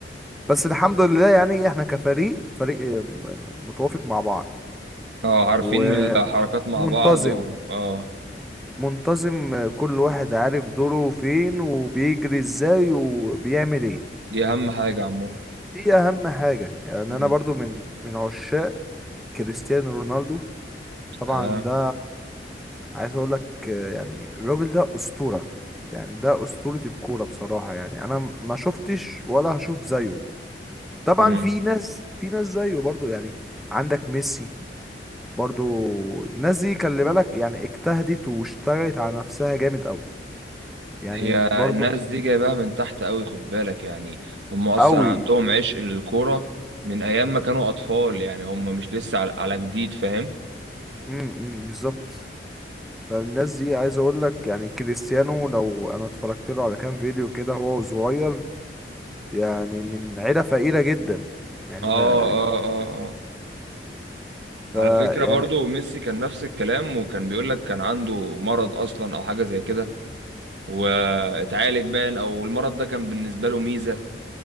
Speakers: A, in the centre; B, on the right.
A: بس الحمد لله يعني احنا كفريق فريق آه، م- متوافق مع بعض
B: اه عارفين
A: اه
B: الحركات
A: متحابين مع
B: مع
A: ومنتظم
B: بعض و... اه
A: منتظم آه، كل واحد عارف دوره فين وبيجري ازاي وبيعمل ايه
B: دي اهم حاجة عموما
A: دي اهم حاجة يعني
B: مم.
A: انا برضو من من عشاق كريستيانو رونالدو طبعا
B: اه
A: ده عايز اقول لك آه، يعني الراجل ده اسطوره يعني ده اسطوره الكوره بصراحه يعني انا م- ما شفتش ولا هشوف زيه طبعا
B: مم.
A: في ناس في ناس زيه برضو يعني عندك ميسي برضو الناس دي خلي بالك يعني اجتهدت واشتغلت على نفسها جامد قوي يعني
B: هي
A: برضو
B: الناس دي جايباها من تحت قوي خد بالك يعني هم اصلا
A: قوي
B: عندهم عشق للكورة من ايام ما كانوا اطفال يعني هم مش لسه على, على جديد فاهم
A: امم بالظبط فالناس دي عايز اقول لك يعني كريستيانو لو انا اتفرجت له على كام فيديو كده هو صغير يعني من عيله فقيره جدا يعني
B: اه
A: ما
B: اه اه اه على
A: ف
B: فكرة
A: يعني
B: برضو ميسي كان نفس الكلام وكان بيقول لك كان عنده مرض اصلا او حاجة زي كده واتعالج باين او المرض ده كان بالنسبة له ميزة